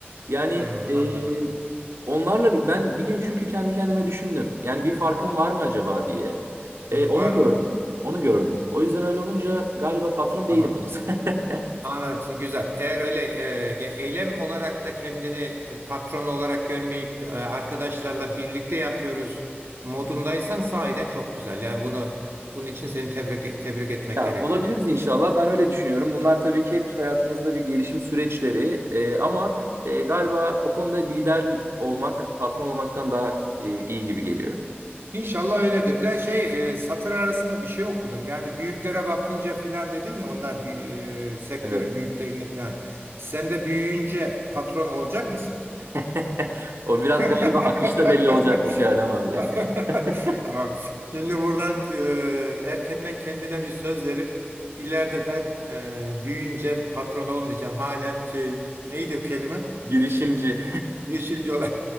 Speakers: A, on the right; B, on the right.
A: Yani
B: hı,
A: e,
B: anladım.
A: onlarla bir- ben bir gün çünkü kendi kendime düşündüm. Yani bir farkım var mı acaba diye.
B: Hı,
A: E, onu
B: var mı?
A: gördüm. Onu gördüm. O yüzden öyle olunca galiba patron
B: Tamam.
A: değilim henüz. <laughs>
B: Anladım. Güzel. Eğer öyle e, ge- eylem olarak da kendini e, patron olarak görmeyip e, arkadaşlarla birlikte yapıyoruz modundaysan sahiden çok güzel. Yani bunu bunun için seni tebrik tebrik etmek
A: Ya
B: gerekiyor.
A: olabiliriz inşallah. Ben öyle düşünüyorum. Bunlar tabii ki hep hayatımızda bir gelişim süreçleri. Ee, ama e, galiba o konuda lider olmak, patron olmaktan daha e, iyi gibi geliyor.
B: İnşallah öyledir. De şey e, satır arasında bir şey okudum. Yani büyüklere bakınca filan dedin ya onlar büyü- e, sektörün
A: Evet.
B: büyüklerine filan. Sen de büyüyünce patron olacak mısın?
A: <laughs> O biraz
B: <laughs>
A: galiba akışta belli olacak bir şey Adem abi.
B: <laughs>
A: <laughs>
B: Tamam. Şimdi buradan e, erkenden kendine bir söz verip ileride ben e, büyüyünce patron olmayacağım. Halen şey neydi o kelime?
A: Girişimci.
B: Girişimci ol